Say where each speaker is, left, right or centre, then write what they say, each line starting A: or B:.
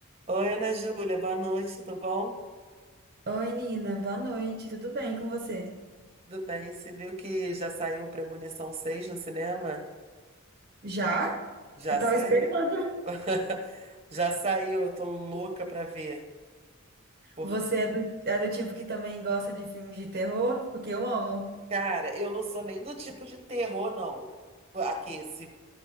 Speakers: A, on the right (about 30°); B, on the right (about 45°).
A: Oi, Ana Júlia, boa noite, tudo bom?
B: Oi, Nina, boa noite, tudo bem com você?
A: Tudo bem, você viu que já saiu Premonição 6 no cinema?
B: Já?
A: Já
B: Eu tava
A: saiu.
B: esperando.
A: <laughs> Já saiu, eu tô louca pra ver. Por...
B: Você é do, é do tipo que também gosta de filmes de terror? Porque eu amo.
A: Cara, eu não sou nem do tipo de terror, não. Aqui, se